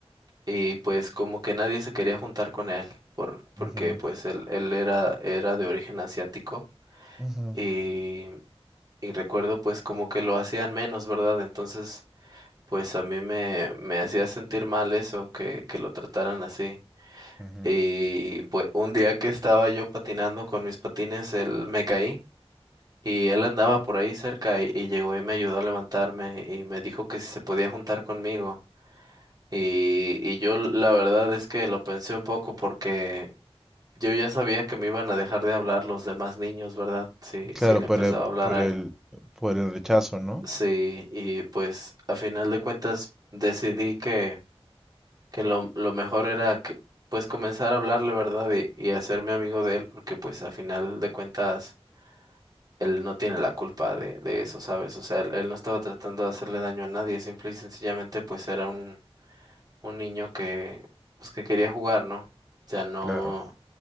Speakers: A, on the right; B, in the centre.
A: y pues como que nadie se quería juntar con él por, porque
B: Ujú,
A: pues él, él era, era de origen asiático
B: ujú,
A: y, y recuerdo pues como que lo hacían menos, ¿verdad? Entonces pues a mí me, me hacía sentir mal eso, que, que lo trataran así.
B: ujú.
A: Y pues un día que estaba yo patinando con mis patines, él me caí y él andaba por ahí cerca y, y llegó y me ayudó a levantarme y me dijo que si se podía juntar conmigo. Y, y yo la verdad es que lo pensé un poco porque Yo ya sabía que me iban a dejar de hablar los demás niños, ¿verdad? Sí,
B: Claro,
A: sí le
B: por
A: empezaba
B: el,
A: a hablar
B: por
A: a
B: el,
A: él.
B: por el rechazo, ¿no?
A: Sí, y pues a final de cuentas decidí que, que lo, lo mejor era que, pues comenzar a hablarle, ¿verdad? Y, y hacerme amigo de él, porque pues a final de cuentas él no tiene la culpa de, de eso, ¿sabes? O sea, él, él no estaba tratando de hacerle daño a nadie, simple y sencillamente pues era un, un niño que, pues que quería jugar, ¿no? O sea, no.
B: Claro.